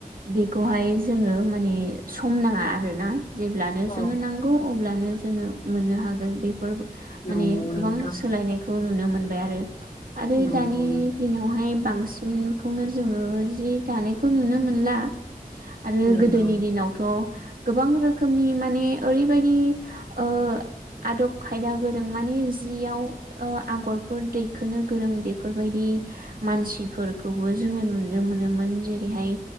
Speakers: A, on the right; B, on the left.
A: बेखौहाय जोङो माने सम नाङा आरोना जेब्ला
B: औ
A: जोङो नांगौ अब्लानो जोङो मोननो हागोन बेफोर
B: नंगौ
A: माने
B: नोंथां
A: गोबां सोलायनायखौ नुनो मोनबाय। आरो
B: नंगौ
A: दानि
B: नोंथां
A: दिनावहाय बांसिन सिनखौनो जोङो जि दानायखौ नुनो मोनला आरो
B: नंगौ
A: गोदोनि दिनावथ' गोबां रोखोमनि माने ओरैबायदि ओ आदब खायदा गोरों माने जियाव ओ आगरफोर दैखोनो गोरों बेफोरबायदि मानसिफोरखौबो जोङो नुनो मोनोमोन जेरैहाय